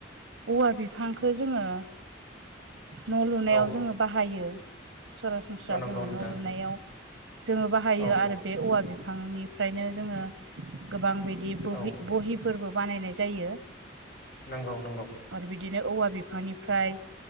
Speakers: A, on the right (about 80°); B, on the left (about 50°).
A: औवा बिफांखौ जोङो न' लुनायाव
B: औ
A: जोङो बाहायो सरासनस्रा
B: औ नंगौ
A: जोङो
B: नोंथां
A: न' लुनायाव जोङो बाहायो
B: औ
A: आरो बे औवा बिफांनिफ्रायनो जोङो गोबां बिदि बहि
B: औ
A: बहिफोरबो बानायनाय जायो
B: नंगौ नंगौ
A: आरो बिदिनो औवा बिफांनिफ्राय